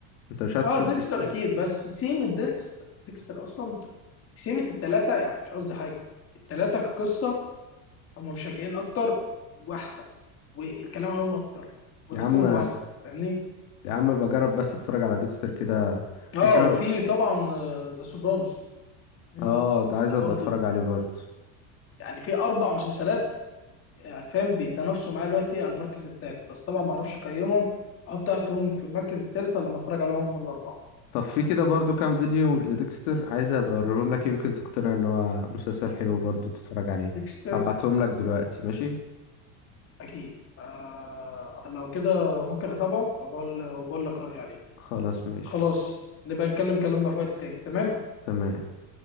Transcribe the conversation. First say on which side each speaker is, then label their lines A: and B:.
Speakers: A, on the left (about 75°); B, on the left (about 30°).
A: انت مش عايز
B: اه
A: تشوف
B: ديكستر
A: ديكستر
B: اكيد بس سيم ديكستر ديكستر اصلا سيمة الثلاثه يعني مش قصدي حاجه الثلاثه كقصه هم مشجعين اكتر واحسن والكلام عليهم اكتر وتقييمهم
A: يا عم
B: احسن فاهمني
A: يا عم بجرب بس اتفرج على ديكستر كده
B: اه
A: ممكن
B: وفي طبعا ذا سوبرانوس ده
A: اه ده عايز ابقى
B: برضو
A: اتفرج عليه برضه
B: يعني في اربع مسلسلات يعني فاهم بيتنافسوا معاه دلوقتي على المركز الثالث بس طبعا ما اعرفش اقيمهم احط واحد فيهم في المركز الثالث ولا لما اتفرج عليهم من الاربعه
A: طب في كده برضه كام فيديو لديكستر عايز ابقى اوريهم لك يمكن تقتنع ان هو مسلسل حلو برضه تتفرج عليه
B: ديكستر
A: هبعتهم لك دلوقتي ماشي
B: اكيد آه لو كده ممكن اتابعه وبقول وبقول لك رايي عليه
A: خلاص ماشي
B: خلاص نبقى نتكلم كلامنا في وقت تاني تمام
A: تمام